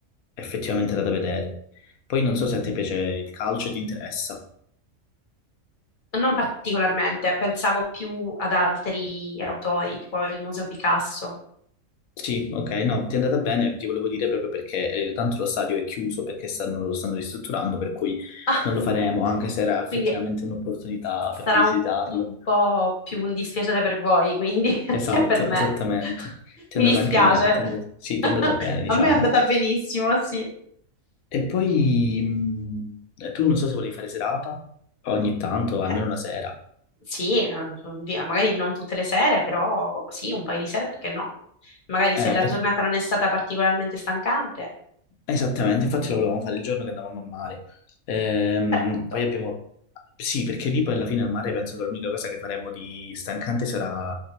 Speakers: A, on the left (about 90°); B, on the left (about 45°).
A: effettivamente era da vedere. Poi non so se a te piace il calcio e ti interessa.
B: Non particolarmente, pensavo più ad altri autori, tipo il Museo Picasso.
A: Sì, ok, no, ti è andata bene, ti volevo dire proprio perché eh, tanto lo stadio è chiuso perché stanno- lo stanno ristrutturando, per cui
B: <laughs>
A: non lo faremo, anche se era effettivamente
B: Quindi
A: un'opportunità per
B: sarà
A: visitarlo.
B: un, un po' più un dispiacere per voi, quindi, <laughs>
A: Esatto,
B: che per me.
A: esattamente.
B: <laughs>
A: Ti
B: Mi
A: è andata
B: dispiace.
A: anche me, ti è andata, sì, ti
B: <laughs>
A: è andata bene, diciamo.
B: A me è andata benissimo, sì.
A: E poi mh, tu non so se volevi fare serata, ogni tanto, almeno
B: Eh,
A: una sera.
B: sì, eh, via, magari non tutte le sere, però sì, un paio di sere, perché no? Magari
A: Eh,
B: se la
A: per-
B: giornata non è stata particolarmente stancante,
A: Esattamente, infatti lo volevamo fare il giorno che andavamo a mare. Ehm,
B: perfetto.
A: poi abbiamo... Sì, perché lì poi alla fine al mare penso che l'unica cosa che faremo di stancante sarà